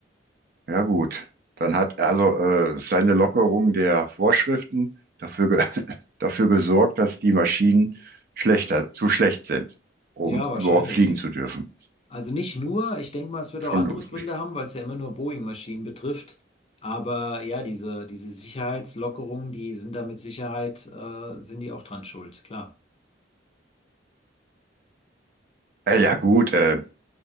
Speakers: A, on the right (about 55°); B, on the left (about 35°).
A: Ja gut, dann hat also äh, seine Lockerung der Vorschriften dafür, ge <laughs> dafür gesorgt, dass die Maschinen schlechter, zu schlecht sind, um
B: Ja, wahrscheinlich.
A: überhaupt fliegen zu dürfen.
B: Also nicht nur, ich denke mal, es wird
A: Schon
B: auch andere
A: lustig.
B: Gründe haben,
A: <laughs>
B: weil es ja immer nur Boeing-Maschinen betrifft. Aber ja, diese, diese Sicherheitslockerungen, die sind da mit Sicherheit, äh, sind die auch dran schuld, klar.
A: Äh, ja gut, äh,